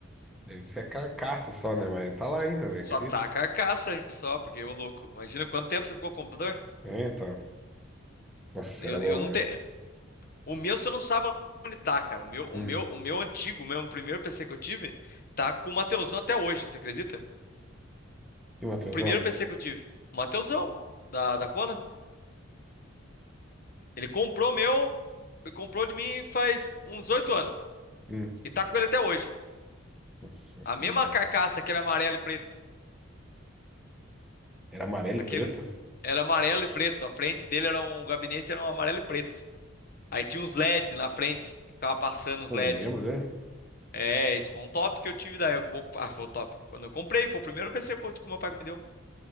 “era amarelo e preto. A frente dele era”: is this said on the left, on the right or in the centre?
Left